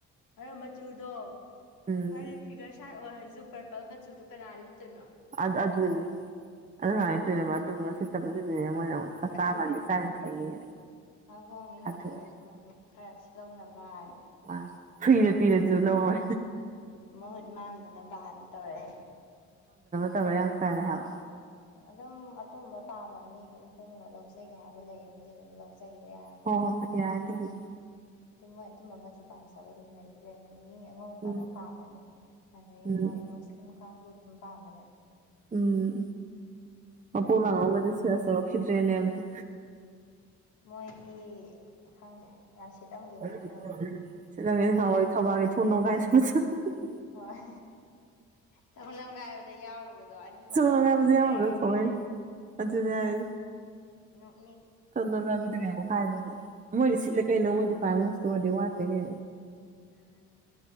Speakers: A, on the left (about 80°); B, on the right (about 25°).
A: ꯑꯗꯣ ꯃꯆꯨꯗꯣ
B: ꯎꯝ
A: ꯍꯥꯏꯔꯤ ꯐꯤꯒꯔ ꯁꯥꯔꯠ ꯑꯣꯏꯔꯁꯨ ꯄꯔꯄꯜ ꯃꯆꯨꯗꯣ ꯀꯅꯥ ꯂꯤꯠꯇꯣꯏꯅꯣ
B: ꯑꯗꯨꯅꯦ ꯑꯗꯨ ꯍꯥꯏꯣꯏꯅꯦ ꯑꯗꯨꯠꯇ ꯣꯏꯅ ꯑꯃ ꯃꯆꯥ
A: ꯑꯗꯨꯅꯦ
B: ꯑꯃꯗꯤ ꯆꯥ ꯈꯩꯅꯤꯑꯅ
A: ꯍꯣꯡꯅ
B: ꯊꯥꯗꯣꯛꯑꯒꯦ
A: ꯌꯣꯟꯊꯣꯔꯛꯏꯁꯨ ꯃꯣꯏꯁꯨ ꯈꯔ ꯁꯤ ꯂꯧꯅꯕ
B: ꯑ ꯐꯨꯏꯔꯦ ꯄꯤꯔꯁꯨ ꯂꯣꯏ
A: ꯃꯍꯨꯠ ꯃꯥꯡꯗꯨꯅ ꯕꯥꯟ ꯇꯧꯔꯦ
B: ꯇꯔ ꯌꯥꯝꯅ ꯀꯩꯅ ꯍꯥꯏꯕ
A: ꯑꯗꯨꯝ ꯑꯇꯨꯝꯝꯕ ꯄꯥꯝꯕ ꯃꯤ ꯑꯗꯨꯝ ꯍꯣꯡꯅ ꯂꯧꯖꯒꯦ ꯍꯥꯏꯕ ꯂꯩꯕꯨꯗꯤ ꯑꯗꯨꯝ ꯂꯧꯖ ꯆꯠꯒꯤꯕ ꯌꯥꯔꯝ ꯅꯠꯇ꯭ꯔꯣ
B: ꯍꯣꯏ ꯍꯣꯏ ꯌꯥꯏ ꯑꯗꯨꯕꯨꯗꯤ
A: ꯑꯗꯨ ꯃꯣꯏ ꯑꯗꯨꯝꯕ ꯃꯆꯨ ꯄꯥꯝꯖꯕꯗꯨꯝ ꯂꯩꯗꯤ ꯂꯩꯕꯅꯤ ꯃꯤ ꯑꯉꯧꯕ
B: ꯎꯝ
A: ꯑꯃ ꯄꯥꯝꯃꯅꯤ ꯑꯗꯩ
B: ꯎꯝ
A: ꯃꯣꯏ ꯃꯨꯁꯂꯤꯝ ꯀꯥꯡꯕꯨ ꯑꯗꯨꯝ ꯄꯥꯝꯕꯅꯦ
B: ꯎꯝ ꯃꯄꯣꯛ ꯂꯥꯉꯣꯟꯒꯗꯤ ꯁꯦꯜꯁ ꯇꯧꯔꯛ ꯈꯤꯗ꯭ꯔꯦꯅꯦ ꯑꯝꯇ
A: ꯃꯣꯏꯗꯤ ꯈꯪꯗꯦ ꯌꯥꯝ ꯁꯤꯠꯂꯝꯈꯤꯅꯤ
B: <unintelligible>
A: ꯑꯗꯨꯅꯅꯤ ꯍꯣꯏ ꯊꯣꯡ ꯅꯝꯒꯥꯏꯕꯗ ꯌꯥꯎꯔꯨꯕꯗꯣ ꯑꯅꯤꯃꯛꯇꯒ
B: ꯊꯣꯡ ꯅꯣꯝꯒꯥꯏꯕꯗ
A: ꯄꯨꯜꯂꯞꯀ
B: ꯌꯥꯎꯔꯝꯕꯗꯣ
A: ꯌꯥꯎꯔꯨꯕꯅꯦ
B: ꯊꯑꯣꯏꯅ ꯑꯗꯨꯅꯦ ꯍꯥꯏ
A: ꯅꯣꯡ
B: ꯊꯣꯡ ꯅꯝꯒꯥꯏꯕꯤꯗꯒ ꯌꯥꯎꯈꯥꯏꯗꯅ ꯃꯣꯏꯗꯤ ꯁꯤꯠꯂꯦ ꯀꯩꯅꯣ ꯃꯣꯏ ꯗꯨꯀꯥꯟ ꯃꯣꯏ ꯏꯁꯇꯣꯔꯗꯤ ꯋꯥꯠꯇꯦ ꯍꯦ
A: ꯎꯝ